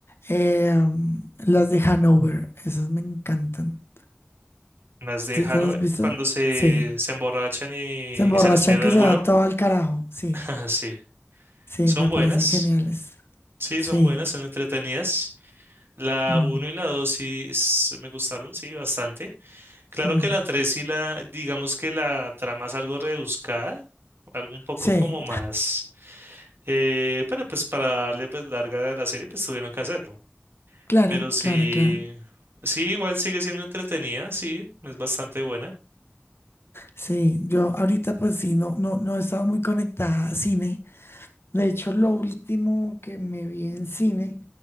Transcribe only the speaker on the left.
Eh, mm, las de Hanover, esas me encantan.
¿Sí
te las has visto?
Sí.
Se emborrachan
que
se va todo al carajo. Sí,
sí,
me parecen
geniales.
Sí.
Mm,
mm.
Sí,
claro,
claro, claro.
Sí, yo ahorita pues sí, no, no, no he estado muy conectada a cine. De hecho, lo último que me vi en cine,